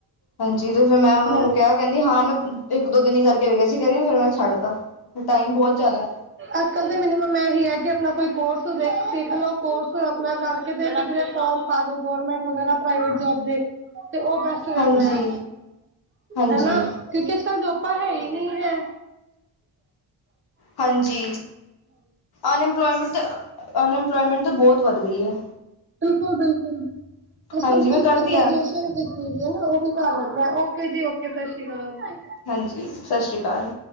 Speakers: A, on the left (about 65°); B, on the right (about 30°).
A: ਹਾਂਜੀ ਤੇ ਫਿਰ ਮੈਂ ਉਹਨੂੰ
B: ਹਾਂ
A: ਕਿਹਾ ਕਹਿੰਦੀ ਹਾਂ ਮੈਂ ਇੱਕ ਦੋ ਦਿਨ ਕਰਕੇ ਵੇਖਿਆ ਸੀ ਕਹਿਦੀ ਫਿਰ ਮੈਂ ਛੱਡਤਾ। ਟਾਈਮ ਬਹੁਤ ਜ਼ਿਆਦਾ।
B: ਅੱਜ ਕੱਲ ਤਾਂ ਮੈਨੂੰ ਮੈਂ ਇਹੀ ਹੈ ਕਿ ਆਪਣਾ ਕੋਈ ਕੋਰਸ ਭਵਿੱਖ ਵੇਖ ਲਉ ਕੋਰਸ ਆਪਣਾ ਕਰਕੇ ਕਿ ਫੋਮ ਪਾ ਦੋ ਗਵਰਮੈਂਟ ਵਗੈਰਾ ਪ੍ਰਾਈਵੇਟ ਜੋਬ ਦੇ। ਤੇ ਉਹ ਬੈਸਟ ਰਹਿੰਦਾ
A: ਹਾਂਜੀ,
B: ਆ,
A: ਹਾਂਜੀ,
B: ਹਨਾ। ਕਿਉਂਕਿ ਅੱਜ ਕਲ ਜੋਬਾਂ ਹੈ ਹੀ ਨਹੀਂ ਐ।
A: ਹਾਂਜੀ ਅਨਇਮਪਲੋਇਮੈਂਟ ਤਾਂ ਅਨਇਮਪਲੋਇਮੈਂਟ ਤਾਂ ਬਹੁਤ ਵੱਧ ਗਈ ਹੈ।
B: ਬਿਲਕੁਲ-ਬਿਲਕੁਲ, ਅੱਜ
A: ਹਾਂਜੀ
B: ਕੱਲ ਤਾਂ ਕੁੱਝ
A: ਮੈਂ ਕਰਦੀ
B: ਵੀ ਨੀ ਗ੍ਰਜੂਏਸ਼ਨ।
A: ਹਾਂ
B: ਕੀਤੀ ਵੀ ਆ, ਉਹ ਵੀ ਘਰ ਬੈਠੇ ਆ। ਓਕੇ ਜੀ ਓਕੇ, ਸਤਿ ਸ਼੍ਰੀ ਅਕਾਲ।
A: ਹਾਂਜੀ, ਸਤਿ ਸ਼੍ਰੀ ਅਕਾਲ।